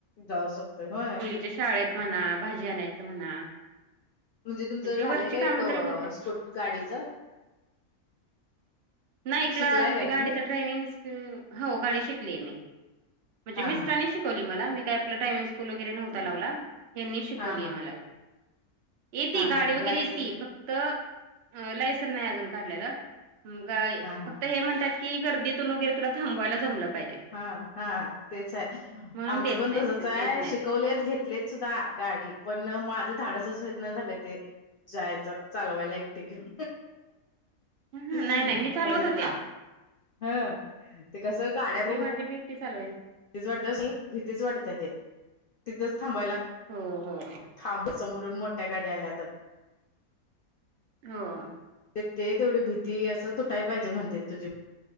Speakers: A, on the left (about 75°); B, on the right (about 65°).
A: जाऊ सकतोय होय.
B: म्हणजे शाळेत म्हणा भाजी आणायचं म्हणा.
A: म्हणजे तुमचं झालंय
B: वरची
A: काय
B: कामं
A: एक
B: तरी होतात.
A: स्कुट गाडीच.
B: नाही ऐकला
A: शिकलाय
B: म्हणजे
A: काय
B: गाडीच
A: तुम्ही
B: ड्रायविंग स हो गाडी शिकली आहे मी. म्हणजे
A: हा
B: मिस्टरांनी
A: हा
B: शिकवली मला मी काही आपलं ड्रायव्हिंग स्कूल वगैरे नव्हता लावला ह्यांनी शिकवलीय
A: हा हा
B: मला. येती
A: हा
B: गाडी
A: हा मग
B: वगैरे
A: लायसन
B: येते फक्त लायसन नाही अजून काढलेल. फक्त
A: हा हा
B: हे म्हणतात की गर्दीतून वगैरे तुला थांबवायला जमलं पाहिजे.
A: हा हा तेच आहे
B: म्हणून
A: आमचं
B: देत
A: पण
B: नाहीत
A: तसच आहे
B: देत नाहीत.
A: शिकवलेत घेत. शिकलेत सुद्धा गाडी पण माझं धाडसच व्हयत नाही झालंय ते जायचं चालवायला एकटी घेऊन
B: नाही
A: <unintelligible>
B: नाही मी चालवत
A: असक
B: होते
A: ह ते कस गाड्या -
B: मी माझी भेटती चालुय
A: भीतीच वाटत भीतीच वाटत्या ते. तिथंच थांबवायला
B: हो हो
A: थांब समोरून मोठ्या गाड्या आल्या तर
B: होय
A: ते तेवढी भीती असं तुटाय पाहिजे म्हणत्यात तुझी.